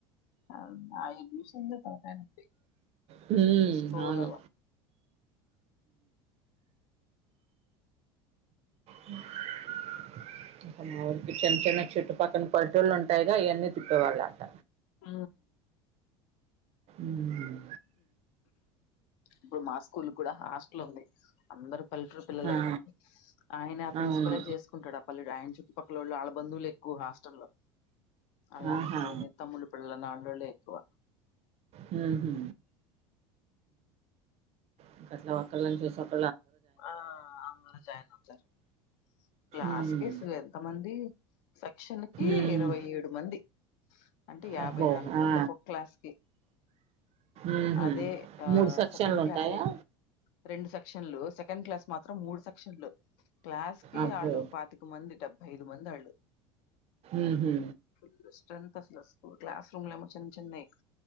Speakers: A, on the left; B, on the right.
A: ఆ అడ్మిషన్ తొ తలకాయ నొప్పి
B: హ్మ్
A: స్కూలలో
B: అవును ఇంకా <unintelligible> చుట్టుపక్కన పల్లెటుల్లు ఉంటాయిగా ఆవాన్నీ తిప్పేవాళ్ళ అంట
A: ఆ
B: ఉమ్
A: ఇప్పుడు మా స్కూల్ కూడా హాస్టల్ ఉంది అందరు పళ్ళేటూర్ పిల్లలేగ
B: ఆ
A: ఆయన ప్రిన్సిపలే
B: అవును
A: చేసుకుంటాడు ఆ పల్లెడు ఆయన చుట్టుపక్కలోళ్ళు ఆళ్ళబధువులేక్కువ హాస్ స్టాల్లో అల్ల
B: ఆహా
A: అన్న పిల్లల్ని తమ్ముళ్ళ పిల్లల్ని అల్లోళ్ళే ఎక్కువ
B: మ్ హు ఇంకా అట్లా ఒక్కల్లని చూసి ఓక్
A: ఆ అందరు జైనవుతరు క్లాస్
B: ఉమ్.
A: కి అసలు ఎంత మంది సెక్షన్ కి
B: ఉమ్.
A: ఇరవై ఏడు మంది అంటే యాభై
B: అబ్బో
A: నాలుగు
B: ఆ.
A: మంది ఒొక్క క్లాస్ కి
B: ఉహూ.
A: అదే ఆ
B: మూడు సెక్షన్లు
A: సెకండ్ క్లాసే
B: ఉంటాయా
A: గ రెండు సెక్షన్లు సెకండ్ క్లాస్ మొత్ త్రం మూడు సెక్షన్లు క్లాస్ కి
B: అబ్బో
A: వాళ్ళు పాతిక మంది డెబ్బై ఐదు మంది వాళ్ళు
B: ఉహూ.
A: ఫుల్ స్ట్రెత్ అసలు క్లాస్ రూమ్ లేమో చిన్న చిన్నాయ్